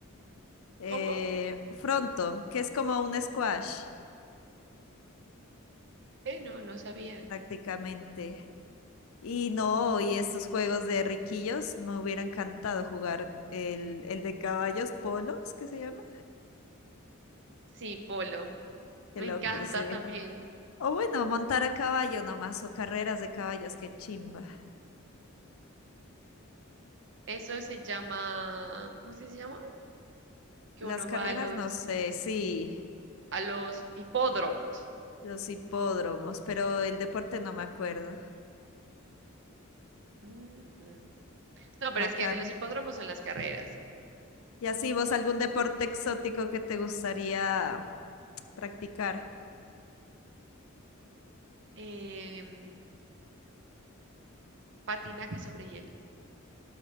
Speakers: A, on the left; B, on the right.
A: Eh,
B: ¿Cómo?
A: frontón, que es como un squash
B: Eh, no, no sabía.
A: prácticamente. Y no, y estos juegos de riquillos, me hubiera encantado jugar el, el de caballos polos, ¿qué se llama?
B: Sí, polo.
A: Qué
B: Me
A: loco,
B: encanta
A: sí.
B: también.
A: O bueno, montar a caballo nomás, o carreras de caballos, qué chimba.
B: Eso se llama, ¿cómo es que se llama? Que
A: Las
B: uno
A: carreras,
B: va a los,
A: no sé, sí.
B: a los hipódromos.
A: Los hipódromos, pero el deporte no me acuerdo.
B: Ujú. No,
A: Bacano.
B: pero es que de los hipódromos son las carreras.
A: Y así vos, ¿algún deporte exótico que te gustaría practicar?
B: Em, patinaje sobre hielo.